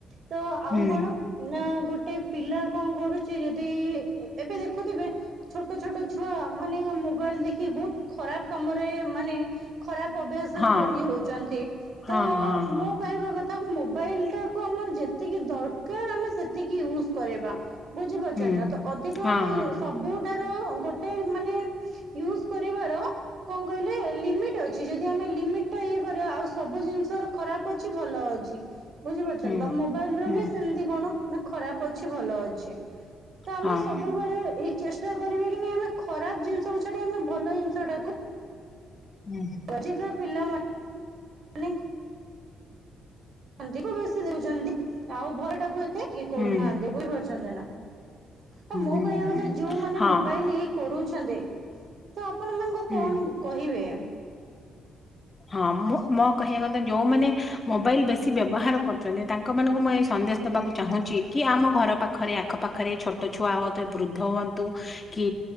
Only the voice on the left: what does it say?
ହୁଁ
ହଁ
ହଁ
ହଁ ହଁ
ହୁଁ
ହଁ ହଁ
ହୁଁ
ହୁଁ
ହଁ
ହୁଁ।
ହୁଁ
ହୁଁ ହୁଁ
ହୁଁ
ହଁ
ହୁଁ
ହଁ ମୁଁ ମୋ କହିବା କଥା ଯୋଉମାନେ ମୋବାଇଲ ବେଶୀ ବ୍ୟବହାର କରୁଛନ୍ତି ତାଙ୍କ ମାନଙ୍କୁ ମୁଁ ଏଇ ସନ୍ଦେଶ ଦେବାକୁ ଚାହୁଁଛି କି ଆମ ଘର ପାଖରେ ଆଖପାଖ ଘରେ ଛୋଟ ଛୁଆ ହୁଅତୁ ବୃଦ୍ଧ ହୁଅନ୍ତୁ କି